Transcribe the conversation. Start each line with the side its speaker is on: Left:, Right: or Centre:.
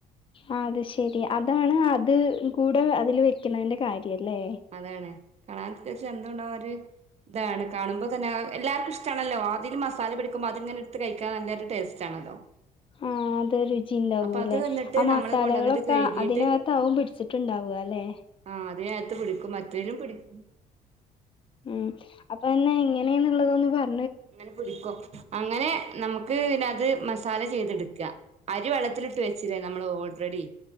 Left: ആ അത് ശരി അതാണ് അത് കൂടെ അതിൽ വെക്കെണീന്റെ കാര്യല്ലേ
Right: അതാണ് കണാത്യാശം ച ന്തുണ്ടാ ഒര് ഇതാണ് കാണുമ്പോൾ തന്നെ എല്ലാവർക്കും ഇഷ്ടണല്ലോ ആദ്യരു മസാല പടിക്കുമ്പോ അതിങ്ങനെടുത്ത് കഴിക്കാൻ നല്ലൊരു ടേസ്റ്റ് ആണല്ലോ
Left: ആ അതെ രുച് ചിണ്ടാവു
Right: അപ്പൊ അത്
Left: ല്ലെ
Right: വന്നിട്ട്
Left: ആ മസാലകളൊക്കെ
Right: നമ്മള് കൊണ്ടുവന്നിട്ട് കഴുകിയിട്ട്
Left: അതിനകത്ത ആവും പിടിച്ചിട്ടുണ്ടാവല്ലെ
Right: ആ അതിനത്ത് പിടിക്കും മറ്റേലും പിടിക്
Left: മ് അപ്പ അന്ന് എങ്ങനേന്ന്നുള്ളതൊന്ന് പറ
Right: അങ്ങനെ പിടിക്കോ അങ്ങനെ നമക് മക്ക് ന്നെ അത് മസാല ചെയ്തെട്ക്ക അരി വെള്ളത്തിലിട്ട് വെച്ചില്ലേ നമ്മൾ ഓൾറെഡി